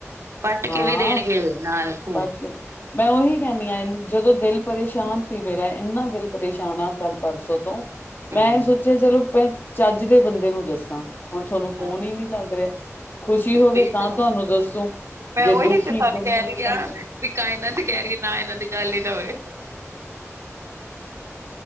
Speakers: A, on the right; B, on the left.
A: ਪੱਟ ਕੇ
B: ਹਾਂ
A: ਵੀ ਦੇਣਗੇ ਨਾਲ ਖੂ
B: ਬਟ ਮੈਂ ਉਹੀ ਕਹਣੀ ਆਂ ਜਦੋਂ ਦਿਲ ਪਰੇਸ਼ਾਨ ਸੀ ਮੇਰਾ, ਇੰਨਾ ਦਿਲ ਪਰੇਸ਼ਾਨ ਐ, ਕੱਲ੍ਹ ਪਰਸੋਂ ਤੋਂ
A: ਹਮ
B: ਮੈਂ ਇਹ ਸੋਚਿਆ ਚਲੋੈਂ ਚੱਜ ਦੇ ਬੰਦੇ ਨੂੰ ਦੱਸਾਂ, ਹੁਣ ਤੁਹਾਨੂੰ ਫੋਨ
A: ਹਾਂ
B: ਹੀ ਨਹੀਂ ਲੱਗ ਰਿਹਾ। ਖੁਸ਼ੀ ਹੋਵੇ
A: ਦੇਖ
B: ਤਾਂ
A: ਲਓ
B: ਤੁਹਾਨੂੰ ਦੱਸੋ
A: ਮੈਂ
B: ਜੇ
A: ਉਹੀ
B: ਦੁਖੀ
A: ਤੇ ਤੁਹਾਨੂੰ
B: ਗਮੀ
A: ਕਹਿ
B: ਹੋਵੇ
A: ਰਹੀ ਆ
B: ਤਾਂ ਤੁਹਾ
A: ਵੀ ਕਾਏਨਾਤ ਕਹਿ ਰਹੀ ਏ, ਨਾ ਇਹਨਾਂ ਦੀ ਗੱਲ ਹੀ ਨਾ ਹੋਵੇ